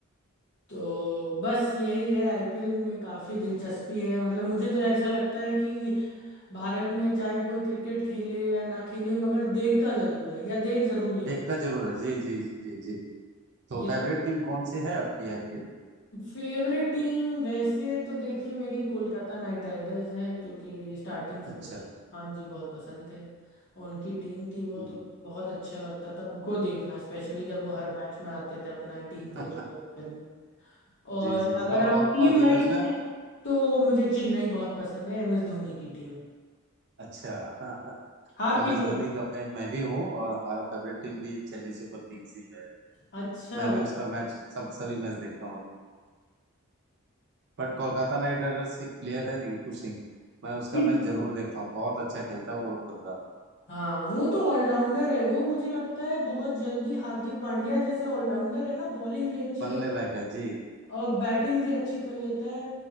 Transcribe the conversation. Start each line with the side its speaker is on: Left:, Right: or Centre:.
Left: तो बस यही है आईपीएल में काफी दिलचस्पी है मतलब मुझे तो ऐसा लगता है कि भारत में चाहे कोई क्रिकेट खेले या ना खेले मगर देखता जरूर है या देख जरूर लेता
Right: देखता जरूर है जी जी जी जी जी तो
Left: है या
Right: फेवरेट टीम कौन सी है आपकी आईपीएल की
Left: फेवरेट टीम वैसे तो देखिए मेरी कोलकाता नाइट राइडर्स है क्योंकि स्टार्टिंग से
Right: अच्छा
Left: मुझे खान जी बहुत पसंद थे उनकी टीम थी वो
Right: हम्म
Left: तो बहुत अच्छा लगता था उनको देखना स्पेशली जब वो हर मैच में आते थे अपना टीम
Right: <laughs>
Left: को cheer
Right: हम्म।
Left: करने। और
Right: जी जी जी
Left: अगर
Right: और
Left: आप
Right: और
Left: टीम
Right: और इवन
Left: वाइज
Right: ना,
Left: हैं तो मुझे चेन्नई बहुत पसंद है एम एस धोनी की टीम
Right: अच्छा <laughs>
Left: आपकी
Right: एम एस
Left: कौन
Right: धोनी का फैन मैं भी हूँ और हमारा फेवरेट टीम भी चेन्नई सुपर किंग्स ही है
Left: अच्छा
Right: मैं भी उसका मैच सब सभी मैच देखता हूँ बट कोलकाता नाइट राइडर्स एक प्लेयर है रिंकू सिंह मैं उसका
Left: जी जी
Right: मैच जरूर
Left: जी
Right: देखता हूँ बहुत अच्छा खेलता है वो बंदा
Left: हाँ वो तो ऑलराउंडर है वो मुझे लगता है बहुत जल्दी हार्दिक पांड्या जैसे ऑलराउंडर है ना बॉलिंग भी अच्छी
Right: बनने
Left: कर
Right: लायक है जी
Left: और बैटिंग भी अच्छी कर लेता है